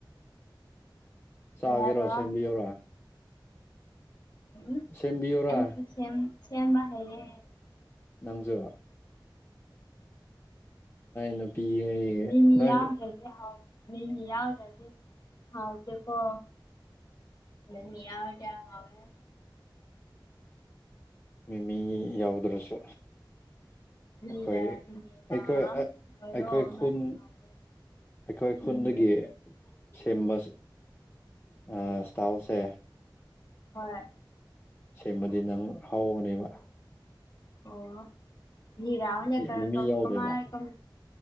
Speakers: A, on the left; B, on the left.
A: ꯆꯥꯒꯦꯔꯣ
B: ꯀꯩ ꯍꯥꯏꯕ
A: ꯁꯦꯝꯕꯤꯔꯣ
B: ꯎ
A: ꯁꯦꯝꯕꯤꯌꯣꯔꯥ
B: ꯑꯩꯁꯨ ꯁꯦꯝ ꯁꯦꯝꯕ ꯍꯥꯏꯌꯦ
A: ꯅꯪꯖ ꯅꯨꯄꯤꯒꯤ
B: ꯎꯃꯤ
A: ꯅꯣꯏ
B: ꯌꯥꯗ ꯂꯩꯒꯦꯥꯎ ꯃꯤ ꯌꯥ ꯇꯗꯤ ꯍꯥꯎꯗ ꯄꯣ ꯃ ꯌꯥ ꯌꯥꯦ
A: ꯃꯤꯃꯤ ꯌꯥꯎꯗ꯭ꯔꯁꯨ
B: ꯃꯤꯔ
A: ꯑꯩꯈꯣꯏ
B: ꯃꯤꯃꯤꯅ
A: ꯑꯩꯈꯣꯏ
B: ꯃꯔꯣꯛ
A: ꯑꯩꯈꯣꯏ
B: ꯑꯃꯅꯦ
A: ꯈꯨꯟ
B: ꯍꯥꯎꯕꯅꯦ
A: ꯑꯩꯈꯣꯏ ꯈꯨꯟꯗꯒꯤ
B: ꯎꯝ
A: ꯁꯦꯝꯕ ꯏꯁꯇꯥꯜꯁꯦ
B: ꯍꯣꯏ
A: ꯁꯦꯝꯃꯗꯤ ꯅꯪ ꯍꯥꯎꯕꯅꯦꯕ
B: ꯑꯣ ꯅꯔꯅ ꯀ
A: ꯃꯤꯃꯤ
B: ꯀ
A: ꯌꯥꯎꯗꯦꯕ
B: ꯀꯃꯥꯏ ꯀꯝ